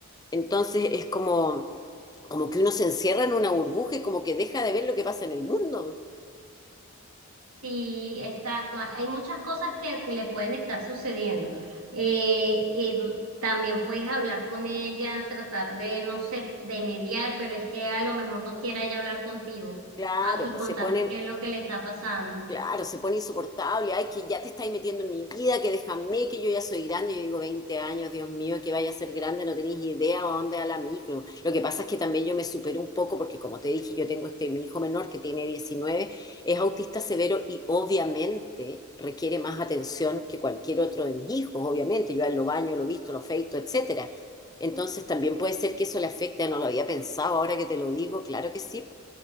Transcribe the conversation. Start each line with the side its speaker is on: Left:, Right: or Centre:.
Left: Entonces es como, como que uno se encierra en una burbuja y como que deja de ver lo que pasa en el mundo.
Right: Sí, exacto. Hay, hay muchas cosas que, que le pueden estar sucediendo. Eh, em, también puedes hablar con ella, tratar de, no sé, de mediar, pero es que a lo mejor no quiera ella hablar contigo,
Left: Claro,
Right: ah, y
Left: pues
Right: contarte
Left: se ponen,
Right: qué es lo que le está pasando.
Left: Claro, se pone insoportable. Ay, que ya te estáis metiendo en mi vida, que déjame, que yo ya soy grande. Yo digo, 20 años, Dios mío, que vaya a ser grande, no tenéis idea a dónde a la micro. Lo que pasa es que también yo me supero un poco, porque como te dije, yo tengo este mi hijo menor que tiene 19, es autista severo y obviamente requiere más atención que cualquier otro de mis hijos, obviamente. Yo a él lo baño, lo visto, lo feito, etcétera. Entonces también puede ser que eso le afecte, no lo había pensado, ahora que te lo digo, claro que sí.